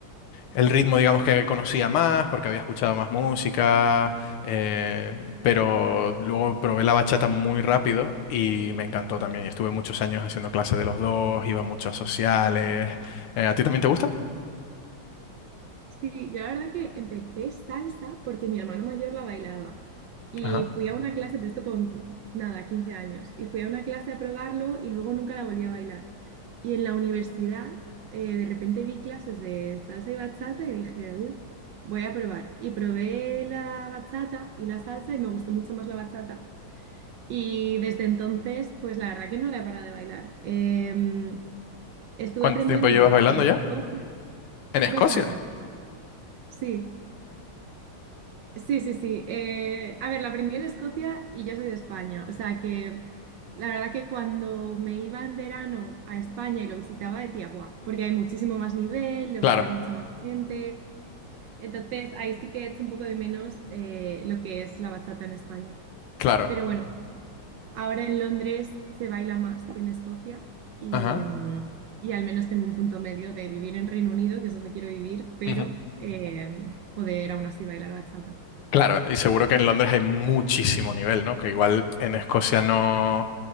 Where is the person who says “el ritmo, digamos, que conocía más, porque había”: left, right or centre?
Left